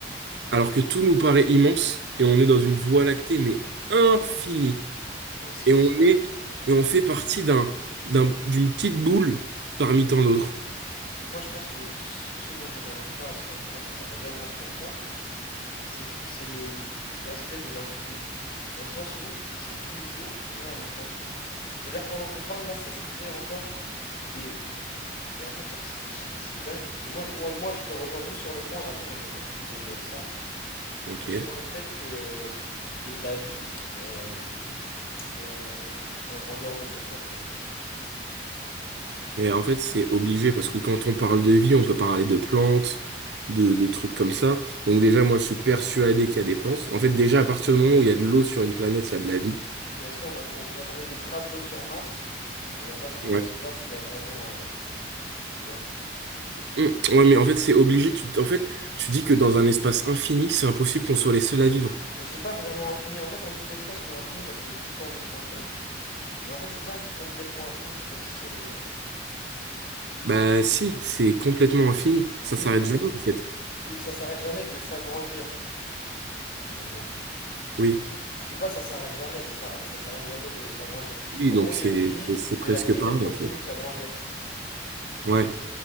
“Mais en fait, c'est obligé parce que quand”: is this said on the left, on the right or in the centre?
Right